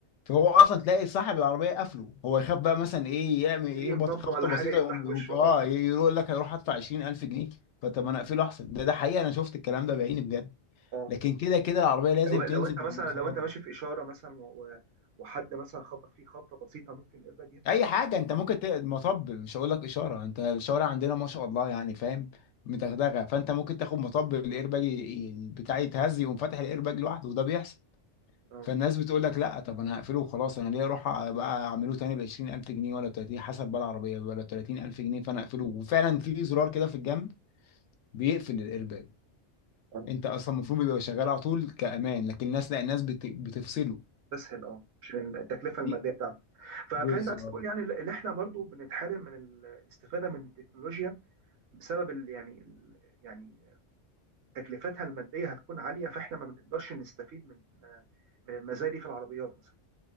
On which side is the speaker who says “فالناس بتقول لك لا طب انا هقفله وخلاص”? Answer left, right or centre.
Left